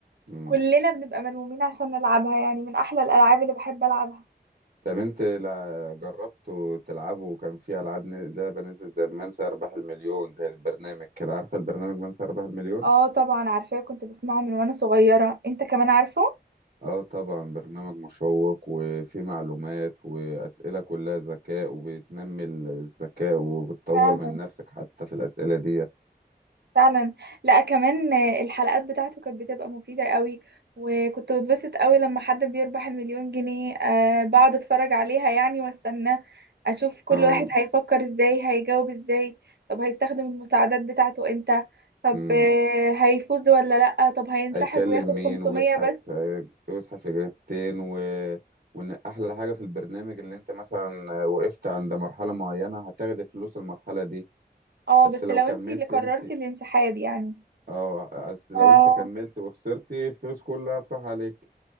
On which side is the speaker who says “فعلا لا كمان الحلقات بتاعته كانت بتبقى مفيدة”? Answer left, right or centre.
Right